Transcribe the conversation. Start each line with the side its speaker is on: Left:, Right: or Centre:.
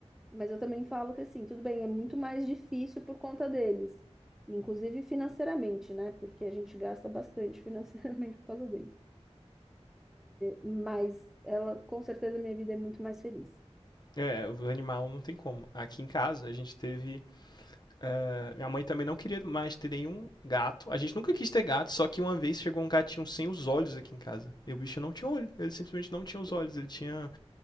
Centre: Mas eu também falo que, assim, tudo bem, é muito mais difícil por conta deles. Inclusive financeiramente, né? Porque a gente gasta bastante <laughs> financeiramente por causa deles. Mas ela, com certeza, minha vida é muito mais feliz.
Left: É, o animal não tem como. Aqui em casa a gente teve É, minha mãe também não queria mais ter nenhum gato. A gente nunca quis ter gato, só que uma vez chegou um gatinho sem os olhos aqui em casa. E o bicho não tinha olho. Ele simplesmente não tinha os olhos. Ele tinha,